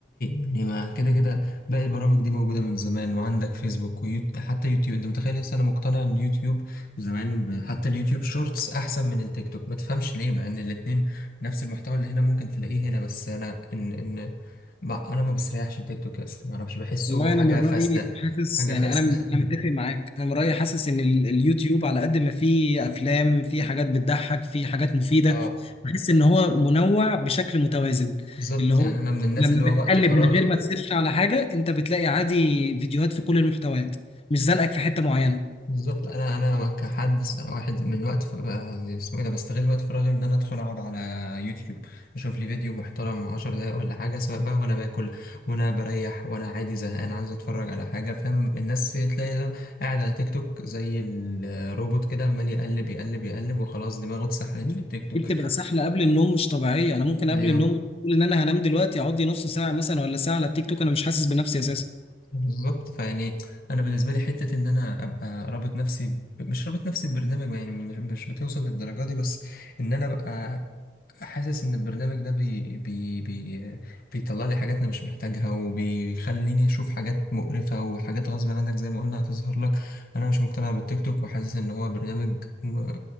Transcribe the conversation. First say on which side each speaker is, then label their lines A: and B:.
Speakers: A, on the left; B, on the left.
A: يعني ما كده كده باقي البرامج دي موجوده من زمان وعندك فيسبوك ويوتيوب حتى يوتيوب انت متخيل لسه انا مقتنع ان يوتيوب زمان ب... حتى اليوتيوب شورتس احسن من التيك توك ما تفهمش ليه مع ان الاتنين نفس المحتوى اللي هنا ممكن تلاقيه هنا بس انا ان ان ما... انا ما بستريحش التيك توك اصلا ما اعرفش بحسه
B: والله
A: حاجه
B: انا من رايي
A: فاسده
B: حاسس
A: حاجه
B: يعني
A: فاسده
B: انا انا
A: <laughs>
B: متفق معاك انا من رايي حاسس ان ال- اليوتيوب على قد ما فيه افلام فيه حاجات بتضحك فيه حاجات مفيده
A: اه
B: بحس ان هو منوع بشكل متوازن
A: بالظبط
B: اللي هو
A: يعني انا من الناس
B: لما
A: اللي هو
B: بتقلب
A: وقت فراغي
B: من غير ما تسيرش على حاجه انت بتلاقي عادي فيديوهات في كل المحتويات مش زنقك في حته معينه
A: بالظبط انا انا كحد س- واحد من وقت ف... آه، اسمه ايه ده بستغل وقت فراغي ان انا ادخل اقعد على يوتيوب اشوف لي فيديو محترم عشر دقايق ولا حاجه سواء بقى وانا باكل وانا بريح وانا عادي زهقان عايز اتفرج على حاجه فاهم الناس تلاقي ده قاعد على تيك توك زي الروبوت كده عمال يقلب يقلب يقلب وخلاص دماغه اتسحلت
B: مم.
A: في التيك توك
B: دي بتبقى سحله قبل النوم مش طبيعيه انا ممكن
A: ايوه
B: قبل النوم اقول ان انا هنام دلوقتي اقعد لي نص ساعه مثلا ولا ساعه على التيك توك انا مش حاسس بنفسي اساسا
A: بالظبط فيعني انا بالنسبه لي حته ان انا ابقى رابط نفسي ب- مش رابط نفسي ببرنامج يعني مش مش بتوصل للدرجه دي بس ان انا ابقى حاسس ان البرنامج ده بي بي بي بيطلع لي حاجات انا مش محتاجها وبيخليني اشوف حاجات مقرفة وحاجات غصب عنك زي ما قلنا هتظهر لك انا مش مقتنع بالتيك توك وحاسس ان هو برنامج م-